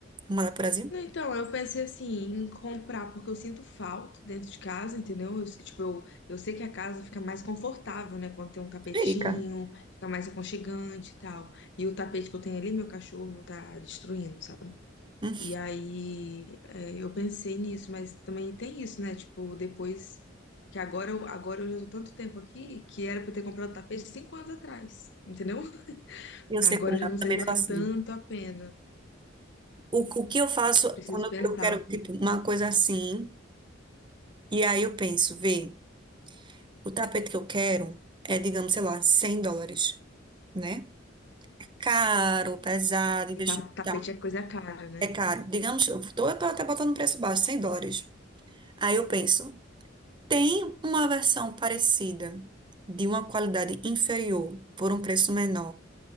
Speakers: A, on the right (about 25°); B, on the left (about 60°).
A: Manda pro Brasil?
B: Não, Então, eu pensei assim, em comprar, porque eu sinto falta dentro de casa, entendeu? Eu, tipo, eu, eu sei que a casa fica mais confortável, né? Quando tem um tapetinho,
A: Fica.
B: fica mais aconchegante e tal. E o tapete que eu tenho ali, meu cachorro tá destruindo, sabe?
A: Hum.
B: E aí, é, eu pensei nisso, mas também tem isso, né? Tipo, depois que agora eu, agora eu já tô tanto tempo aqui que era pra eu ter comprado tapete cinco anos atrás, entendeu?
A: Eu
B: Agora
A: sei como
B: eu já
A: é, eu
B: não sei
A: também
B: se vai
A: faço.
B: tanto a pena.
A: O, o que eu faço
B: Preciso
A: quando
B: pensar.
A: eu quero, tipo, uma coisa assim, e aí eu penso, vê, o tapete que eu quero é, digamos, sei lá, 100 dólares, né? Caro, pesado, investimento
B: E ta- tapete
A: e tal.
B: é coisa cara, né?
A: É caro. Digamos, eu tô, eu tô até botando um preço baixo, 100 dólares. Aí eu penso, tem uma versão parecida, de uma qualidade inferior, por um preço menor,